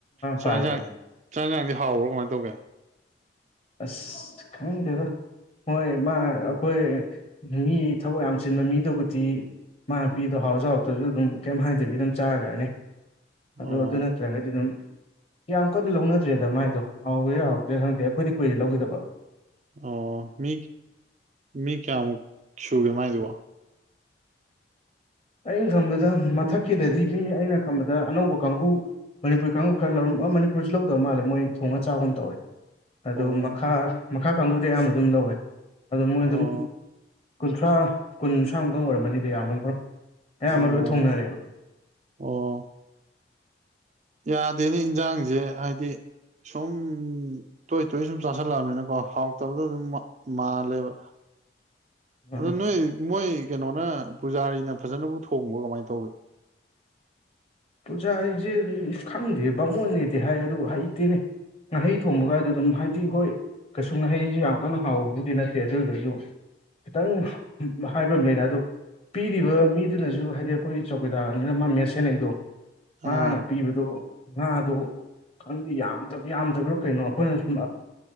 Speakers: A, on the right (about 40°); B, on the left (about 30°).
A: ꯆꯔ
B: ꯄꯥꯏꯕꯅꯦ
A: ꯌꯦꯟꯁꯥꯡ ꯆꯔ ꯌꯦꯟꯁꯥꯡꯗꯤ ꯍꯥꯎꯕ꯭ꯔꯥ ꯀꯃꯥꯏꯅ ꯇꯧꯒꯦ
B: ꯑꯁ ꯈꯪꯗꯦꯗ ꯍꯣꯏ ꯃꯥ ꯑꯩꯈꯣꯏ ꯃꯤ ꯊꯕꯛ ꯌꯥꯝ ꯆꯤꯟꯕ ꯃꯤꯗꯨꯕꯨꯗꯤ ꯃꯥ ꯅꯨꯄꯤꯗꯣ ꯍꯥꯎꯁꯨ ꯍꯥꯎꯗ꯭ꯔꯁꯨ ꯑꯗꯨꯝ ꯀꯩꯝ ꯍ ꯍꯥꯏꯖꯕꯤ ꯑꯗꯨꯝ ꯆꯥꯈ꯭ꯔꯅꯤ ꯑꯗ
A: ꯑꯣ
B: ꯑꯗꯨ ꯅꯠꯇ꯭ꯔ ꯍꯥꯏꯒ ꯑꯗꯨ ꯅꯝ ꯌꯥꯝꯌꯥꯝ ꯀꯟꯅ ꯂꯧꯅꯗ꯭ꯔꯦꯗ ꯃꯥꯏꯗꯣ ꯍꯥꯎꯦ ꯌꯥꯥꯎꯗ꯭ꯔꯦ ꯈꯪꯗꯦ ꯑꯩꯈꯣꯏꯗꯤ ꯀꯨꯏꯗꯤ ꯂꯧꯧꯕꯈꯤꯗꯕ
A: ꯑꯣ ꯃꯤ ꯃꯤ ꯀꯌꯥꯃꯨꯛ ꯁꯨꯒꯦ ꯃꯥꯏꯁꯤꯕꯣ
B: ꯑꯩꯅ ꯈꯕꯗ ꯃꯊꯛꯀꯤꯗꯗꯤ ꯃꯤ ꯑꯩꯅ ꯈꯕꯗ ꯑꯗ ꯑꯅꯧꯕ ꯀꯥꯡꯒꯕꯨ ꯃꯅꯤꯄꯨꯔꯤ ꯀꯥꯡꯕꯨ ꯈꯔ ꯂꯧꯔꯝꯕ ꯃꯅꯤꯄꯨꯔꯁꯤ ꯂꯧꯗꯕ ꯃꯥꯜꯂꯦ ꯃꯣꯏ ꯊꯣꯡꯉꯒ ꯆꯥꯛꯒꯨꯝ ꯇꯧꯋꯦ ꯑꯗꯨ
A: ꯑꯣ
B: ꯃꯈꯥ ꯃꯈꯥ ꯀꯥꯡꯕꯨꯗꯤ ꯑꯌꯥꯝꯕ ꯑꯗꯨꯝ ꯂꯧꯋꯦ ꯑꯗꯣ ꯃꯣꯏ
A: ꯑꯣ
B: ꯑꯗꯨꯝ ꯀꯨꯟꯊ꯭ꯔꯥ ꯀꯨꯟ ꯁꯟꯁ꯭ꯔꯥꯨꯛꯇꯪ ꯑꯣꯏꯔꯝꯃꯅꯤꯗꯣ ꯌꯥꯝꯃꯔꯣ ꯍ ꯑꯃꯔ
A: ꯑꯣ
B: ꯂꯣꯏ ꯊꯣꯡꯅꯔꯒꯂꯣ
A: ꯑꯣ ꯌꯥꯗꯦꯅꯦ ꯏꯟꯁꯥꯡꯁꯦ ꯍꯥꯏꯗꯤ ꯁꯨꯝ ꯇꯣꯏ ꯇꯣꯏ ꯁꯨꯝ ꯆꯥꯥꯁꯜꯂꯛꯑꯕꯅꯤꯅꯀꯣ ꯍꯥꯎꯇꯕꯗ ꯑꯗꯨꯝ ꯃꯥꯜꯂꯦꯕ
B: ꯑ
A: ꯑꯗ ꯅꯣꯏ ꯃꯣꯏ ꯀꯩꯅꯣꯅ ꯄꯨꯖꯥꯔꯤꯅ ꯐꯖꯅꯕꯨ ꯊꯣꯡꯕ ꯀꯃꯥꯏꯅ ꯇꯧꯋꯤ
B: ꯄꯨꯖꯥ ꯑꯩꯁꯦ ꯈꯪꯗꯦ ꯕꯥꯃꯣꯟꯅꯦꯗꯤ ꯍꯥꯏ ꯑꯗꯨ ꯍꯩꯇꯦꯅꯦ ꯉꯍꯩ ꯊꯣꯡꯕ ꯀꯥꯏꯗ ꯑꯗꯨꯝ ꯍꯥꯏꯗꯤ ꯍꯣꯏ ꯀꯩꯁꯨ ꯉꯍꯩꯁꯨ ꯌꯥꯝ ꯀꯟꯅ ꯍꯥꯎꯕꯕꯨꯗꯤ ꯅꯠꯇꯦ ꯑꯗꯨ ꯑꯣꯏꯔꯒꯁꯨ ꯈꯤꯇꯪ ꯍꯥꯏꯕ ꯑꯃ ꯂꯩꯅ ꯑꯗꯣ ꯄꯤꯔꯤꯕ ꯃꯤꯗꯨꯅꯁꯨ ꯍꯥꯏꯗꯤ ꯑꯩꯈꯣꯏ ꯆꯧꯀꯤꯗꯥꯔꯅꯤꯅ ꯃꯥ ꯃꯦꯠ ꯁꯦꯟꯅꯩꯗꯣ
A: ꯑꯥ
B: ꯃꯥꯅ ꯄꯤꯕꯗꯣ ꯉꯥꯗꯨ ꯈꯪꯗꯦ ꯌꯥꯝꯗ ꯌꯥꯝꯗꯕ꯭ꯔꯥ ꯀꯩꯅꯣ ꯑꯩꯈꯣꯏꯅ ꯁꯨꯝ